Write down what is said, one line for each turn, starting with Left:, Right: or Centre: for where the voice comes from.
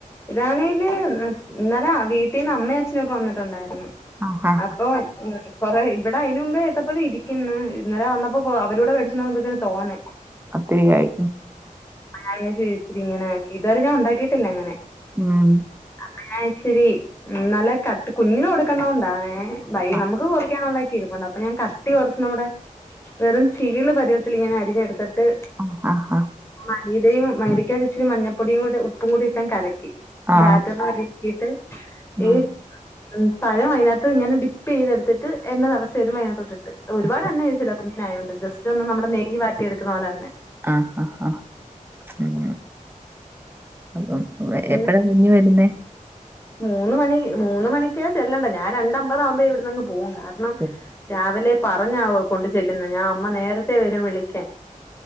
Left: ഇതാണെല് ഇന്നലെ വീട്ടീന്ന് അമ്മ അച്ഛനൊക്കെ വന്നിട്ടുണ്ടായിരുന്നു.
Right: ആഹാ
Left: അപ്പൊ മ് കൊറെ ഇവിടെ അയിന് മുമ്പേ ഏത്തപ്പയം ഇരിക്ക്ന്ന്‌ ഇന്നല വന്നപ്പോ കൊ അവരൂടെ മേടിച്ചോണ്ട് വന്നപ്പൊത്തിന് തോനേ
Right: അത്രയായി
Left: ആ ചേരിച്ചിരി ഇങ്ങനെആക്കി ഇതുവരെ ഞാ ഉണ്ടാക്കിട്ടില്ല ഇങ്ങനെ
Right: ഉം
Left: ഞാൻ വിചാരിച്ചിരി ഉം നല്ല കട്ടി കുഞ്ഞിന് കൊടുക്കുന്ന കൊണ്ടാണേ ഭൈ
Right: ആ
Left: നമുക്ക് കുറക്കാനുള്ള ക്കിഇരിപ്പുണ്ട് അപ്പൊ ഞാൻ കട്ടി കുറച്ച് നമ്മടെ വെറും ചീള് പരുവത്തിലിങ്ങനെ അരിഞ്ഞ് ച്ചിരി എടുത്തിട്ട്
Right: ആ ആ ആ
Left: മലീടെയും മൈദെ ഇച്ചിരി മഞ്ഞപ്പൊടിയുംകൂടെ ഉപ്പും കൂടി ഇട്ടങ്ങ് കലക്കി
Right: ആ
Left: ബാറ്ററ് കീട്ട്
Right: ഉം
Left: ഈ ഉം പഴം അയിനകത്ത് ഇങ്ങനെ ഡിപ്പ് ചെയ്തെടുത്തിട്ട് എണ്ണതെളച്ച് വരുമ്പൊ അതിനകത്തൊട്ടിട്ട് ഒരുപാട്
Right: ചിക്കൻ.
Left: എണ്ണ ഒഴിച്ചില്ല യിനുണ്ട് ജസ്റ്റ് ഒന്ന് നമ്മുടെ നെയ് വാട്ടി എടുക്കുന്ന പോലെ തന്നെ
Right: ആഹ് ആഹ് ആഹ് ഉം അപ്പം
Left: പിന്നെ
Right: എപ്പഴാ കുഞ്ഞ് വരുന്നെ
Left: മൂന്ന് മണി മൂന്ന് മണിക്കാ ചെല്ലണ്ടെ ഞാൻ രണ്ടമ്പതാകുമ്പോ ഇവിടുന്നങ്ങ് പോ പോവും കാരണം
Right: ഉം
Left: രാവിലെ പറഞ്ഞ കൊണ്ട് ചെല്ലുന്ന ഞാ അമ്മ നേരത്തെ വരും വിളിക്കാൻ